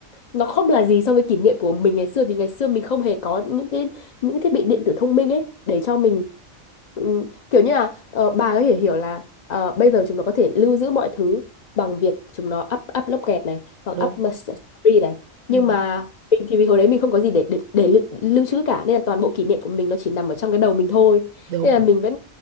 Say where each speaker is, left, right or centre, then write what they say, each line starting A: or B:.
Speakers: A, on the left; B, on the right.
A: nó không là gì so với kỷ niệm của mình ngày xưa vì ngày xưa mình không hề có những cái những cái thiết bị điện tử thông minh ấy để cho mình ừ, kiểu như là ờ, bà có thể hiểu là ờ, bây giờ chúng nó có thể lưu giữ mọi thứ bằng việc chúng nó up up log kẹt này hoặc
B: đúng
A: up mà story này
B: Ừ
A: nhưng mà mình thì vì hồi đấy mình không có gì để để, để lưu, lưu trữ cả nên là toàn bộ kỷ niệm của mình nó chỉ nằm ở trong cái đầu mình thôi
B: đúng
A: nên là mình vẫn